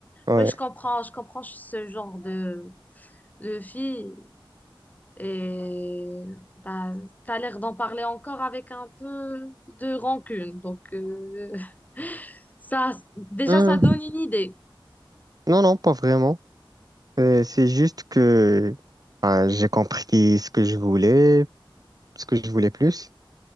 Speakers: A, on the right (about 45°); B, on the left (about 20°).
A: Ouais.
B: Oui, je comprends, je comprends ce genre de, de fille. Et bah, t'as l'air d'en parler encore avec un peu de rancune. Donc, euh, <laughs> ça, déjà,
A: Hmm,
B: ça donne une idée.
A: Non, non, pas vraiment. Euh, c'est juste que, euh, j'ai compris ce que je voulais. ce que je voulais plus.